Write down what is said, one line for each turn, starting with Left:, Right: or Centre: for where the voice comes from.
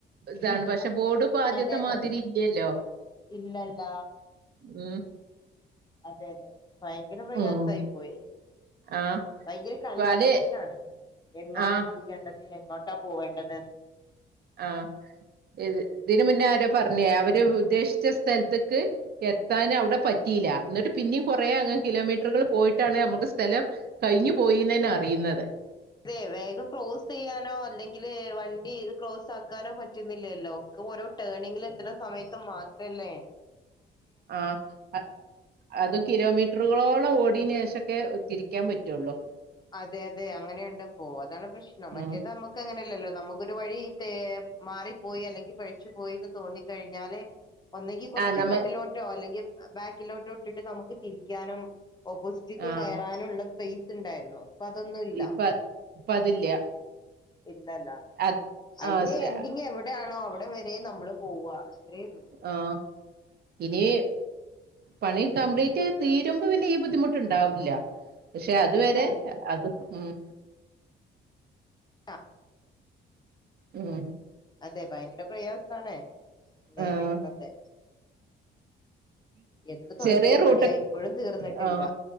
Right: ഇതാണ് പക്ഷെ ബോഡ് പാദ്യത്തെ
Left: അതെ അതെ
Right: മാതിരി ഇല്ലല്ലോ
Left: ഇല്ലല്ല
Right: മ്മ്
Left: അതെ അതെ ഭയങ്കര പ്രയാസായായി
Right: ഉം
Left: പോയി
Right: ആഹ്
Left: ഭയങ്കര കൺഫ്യൂഷനാണ്
Right: പലെ
Left: എങ്ങോട്ടാ
Right: ആഹ്
Left: തിരിയേണ്ടത് എങ്ങോട്ടാ പോവെണ്ടത്
Right: ആ ഇത് ഇതിന് മുന്നെ ആരോ പറഞ്ഞേ അവര് ഉദ്ദേശിച്ച സ്ഥലത്ത്ക്ക് എത്താൻ അവിടെ പറ്റിയില്ല എന്നിട്ട് പി ഇനീം കുറെയങ്ങ് കിലോമീറ്ററുകൾപോയിട്ടാണ് നമ്മുക്ക് സ്ഥലം കഴിഞ്ഞുപോയിന്ന് തന്നെഅറിയുന്നത്
Left: അതെ വേഗം ക്രോസ് ചെയ്യാനോ അല്ലെങ്കില് വൻ ണ്ടി ക്രോസ് ആക്കാനോ പറ്റുന്നില്ലല്ലോ ഒക്കെ ഓരോ ടേണിങ്ങിൽ എത്ര സമയത്തുമാത്രല്ലേ
Right: ആ അ അതും കിലോമീറ്ററുകളോളം ഓടീനുശേഷം ഒക്കെ ത്തിരിക്കാൻ പറ്റുള്ളൂ
Left: അതെ അതെ അങ്ങനെയുണ്ട് പ്പോ അതാണ് പ്രശ്നം മറ്റേത്
Right: ഉം
Left: നമ്മുക്കങ്ങനെ ഇല്ലല്ലോ നമുക്കോരു വഴി ത്തെ മാറിപ്പോയി അല്ലെങ്കി പെയച്ചു പോയീന്നുതോന്നിക്കഴിഞ്ഞാല് ഒന്നങ്കി കുറച്ച്
Right: ആഹ് നമ്മ
Left: ഫ്രണ്ടിലോട്ടോ അല്ലെങ്കി ബാക്കിലോട്ട് ഇട്ടിട്ട് നമുക്ക് തിരിക്കാനും ഓപ്പോസിറ്റ്ക്ക്
Right: ആഹ്
Left: കയറാനുള്ള സ്പെയിസ് ഉണ്ടായിരുന്നു ഇപ്പൊ അതൊന്നുല്ല
Right: ഇപ്പ ഇപ്പ അതില്ല
Left: ഇല്ലല്ലാ
Right: അത്
Left: അതിന്റെ
Right: ആഹ്
Left: എൻഡിങ് എവിടെയാണോ അവിടം വരെ നമ്മള് പോവാ അത്രെയുള്ളൂ
Right: ആഹ് ഇനി പണി കംപ്ലീറ്റ് തീരുമ്പോ പിന്നെ ഈ ബുദ്ധിമുട്ടുണ്ടാവില്ല പക്ഷെ അതുവരെ
Left: ഇല്ല
Right: അത് മ്മ്
Left: അ
Right: ഉം
Left: അതെ ഭയങ്കര പ്രയാസാണേ നേരിടുന്നത്
Right: ആഹ്
Left: എന്ന് തുടങ്ങിയ
Right: ചെറിയ റോട്ട്
Left: പണിയാ ഇപ്പോഴും തീർന്നിട്ടില്ല
Right: ആ